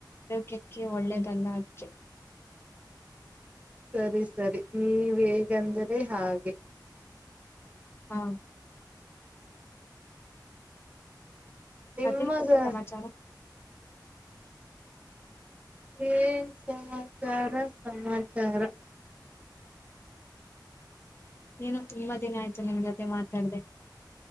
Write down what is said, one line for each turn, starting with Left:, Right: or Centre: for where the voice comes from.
Left: ಆರೋಗ್ಯಕ್ಕೆ ಒಳ್ಳೆಯದಲ್ಲ ಅದಕ್ಕೆ
Right: ಸರಿ ಸರಿ ನೀವು ಹೇಗಂದರಿ ಹಾಗೆ
Left: ಹ್ಮ್
Right: ನಿಮ್ಮ
Left: ಮತ್ತೆ
Right: ಸ-
Left: ಸಮಾಚಾರ
Right: ಏನ್ ಸಮಾಚಾರ ಸಮಾಚಾರ
Left: ಏನ್ ತುಂಬಾ ದಿನ ಆಯ್ತು ನಿನ್ನ ಜೊತೆ ಮಾತಾಡದೇ